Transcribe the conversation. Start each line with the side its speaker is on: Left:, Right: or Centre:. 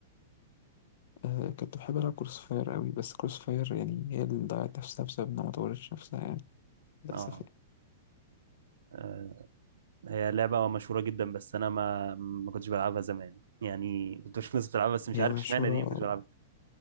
Left: <laughs> آه كنت بحب ألعب كروس فاير أوي بس كروس فاير يعني هي اللي ضيعت نفسها بسبب إنها ما طورتش نفسها يعني للأسف
Right: اه
Left: يعني
Right: آه، هي لعبة مشهورة جدا بس أنا ما ما كنتش بلعبها زمان يعني كنت بشوف ناس بتلعبها بس مش
Left: هي
Right: عارف
Left: مشهورة
Right: اشمعنى دي ما كنتش بلعبها